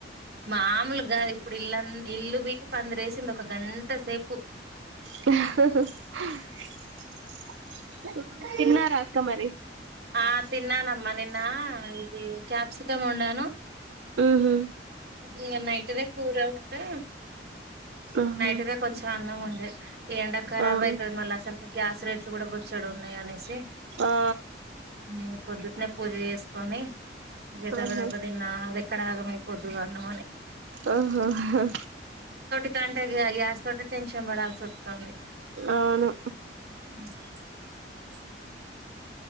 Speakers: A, on the right (about 60°); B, on the right (about 85°).
A: మామలుగాదు ఇప్పుడు ఇల్ంద ఇల్లు బికి పందరేసింది ఒక గంట సేపు
B: <unintelligible> తిన్నారా అక్క మరి
A: ఆ తిన్నానమ్మా నిన్న ఇది క్యాప్సకం వొండను
B: ఉహు
A: ఇంగ నైట్ ఇటనే కూరంవంటే
B: ఆహా
A: నైట్ దే కొంచెం అన్నం ఉండ అ ఎండా కరాబ్
B: అవును
A: అవుతుది మళ్ళీ అసలుకి గ్యాస్ రేట్లు కూడా బొచ్చడు ఉన్నాయి అనేసి
B: ఆ
A: న పొద్దుటనే పూజ చేస్త కొని ఇగ దబ
B: ఆహా
A: దబ తిన్న అది ఎక్కడ ఆగమై పొదుగా అన్నమని
B: ఆహా
A: టే గ్యాస్ తోటే టెన్షన్ పడాల్సి వస్తుంది
B: అవును
A: <unintelligible>